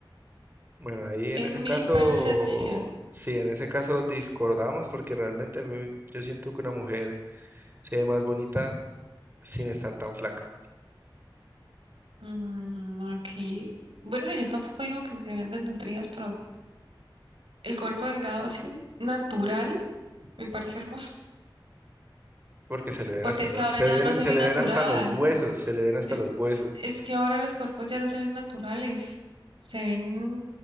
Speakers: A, on the right (about 25°); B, on the right (about 80°).
A: Bueno, ahí en
B: En
A: ese caso,
B: mi percepción,
A: sí, en ese caso discordamos porque realmente a mí- yo siento que una mujer se ve más bonita sin estar tan flaca,
B: mm, aquí, bueno, yo tampoco digo que se vean desnutridas, pero el cuerpo delgado así natural me parece hermoso,
A: porque se le ven
B: porque
A: hasta
B: es
A: los,
B: que ahora
A: se
B: ya
A: ven-
B: no se
A: se
B: ve
A: le
B: natural,
A: ven hasta los huesos, se le ven hasta
B: es,
A: los huesos.
B: es que ahora los cuerpos ya no se ven naturales, se ven